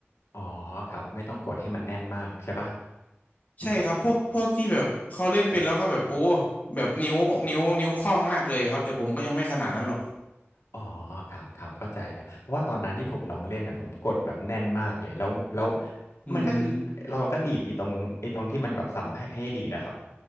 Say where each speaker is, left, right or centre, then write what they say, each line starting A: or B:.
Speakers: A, on the left; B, on the left.
A: อ๋อครับไม่ต้องกดให้มันแน่นมากใช่ปะ
B: ใช่ครับพวกพวกที่แบบเขาเล่นเป็นแล้วเขาแบบโอ้แบบนิ้วนิ้วนิ้วคล่องมากเลยครับแต่ผมก็ยังไม่ขนาดนั้นหรอก
A: อ๋อครับครับเข้าใจแล้วเพราะว่าตอนนั้นที่ผมลองเล่นน่ะผมกดแบบแน่นมากเลยแล้วแล้ว
B: อืม
A: มันก็คือเราก็ดีดไอ้ตรงไอ้ตรงที่มันแบบสับให้ให้ดีดอะครับ